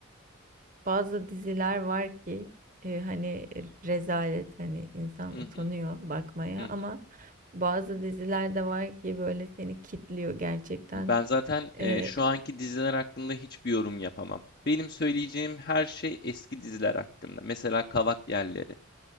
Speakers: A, on the right (about 40°); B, on the left (about 45°).
A: Bazı diziler var ki e, hani e, rezalet hani insan
B: Hı hı
A: utanıyor bakmaya
B: hı
A: ama bazı diziler de var ki böyle seni kitliyor gerçekten.
B: Ben zaten e,
A: E,
B: şu anki diziler hakkında hiçbir yorum yapamam. Benim söyleyeceğim her şey eski diziler hakkında. Mesela Kavak Yerleri.